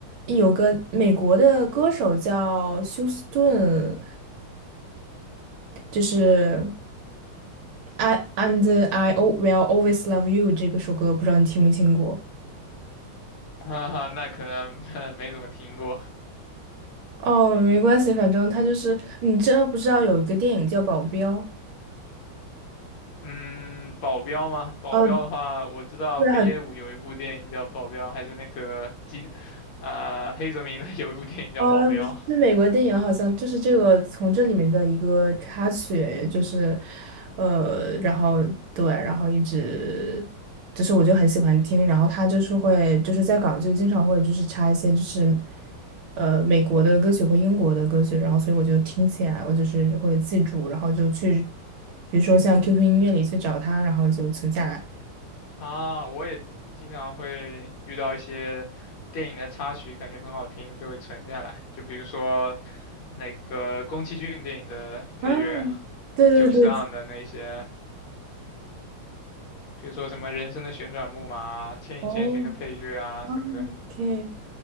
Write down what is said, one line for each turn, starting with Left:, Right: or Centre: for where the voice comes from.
Right: 有个美国的歌手叫休斯顿，就是 I and I al- will always love you 这个首歌，不知道你听没听过？
Left: <laughs> 哈哈，那可能 <laughs> 没怎么听过。
Right: 哦，没关系，反正他就是你知道不知道有一个电影叫《保镖》？
Left: 嗯，保镖吗？保镖的话，
Right: 哦，
Left: 我知道北野武有一部电影叫《保镖》，
Right: 对，很
Left: 还是那个基，啊、黑泽明的 <laughs> 有一部电影叫《保镖》
Right: 哦，不是，是美国电影好像就是这个从这里面的一个插曲，就是，呃，然后对，然后一直，就是我就很喜欢听，然后他就是会就是在港剧经常会就是插一些就是呃美国的歌曲或英国的歌曲，然后所以我就听起来我就是会记住，然后就去，比如说像 QQ 音乐里去找它，然后就存下来。
Left: 啊。我也经常会遇到一些电影的插曲，感觉很好听，就会存下来。就比如说那个宫崎骏电影的配乐，
Right: 啊，对对对，
Left: 久石让的那些，比如说什么《人生的旋转木马》啊，《千与千寻》的配乐啊什么的，
Right: 哦，啊，OK。